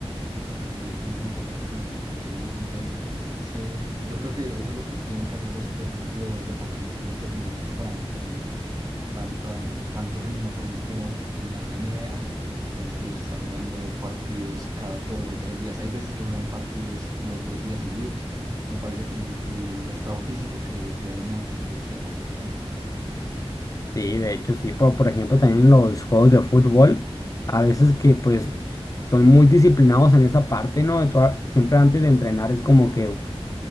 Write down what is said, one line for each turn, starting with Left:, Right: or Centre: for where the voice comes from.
Right: Y sí, sí es importante como, como tener en cuenta eso. Es que yo creo que eso es lo que tienen que hacer los profes- los deportistas de alto rendimiento para mantener tanta, tanto ritmo. Por ejemplo, en la NBA, es- ellos están jugando partidos cada dos o tres días. Hay veces que juegan partidos los dos días seguidos. Me parece que el, el estado físico que deben mantener es demasiado alto.
Left: Sí, de hecho, sí, por, por ejemplo, también en los juegos de fútbol, a veces que pues son muy disciplinados en esa parte, ¿no? De toda- siempre antes de entrenar es como que un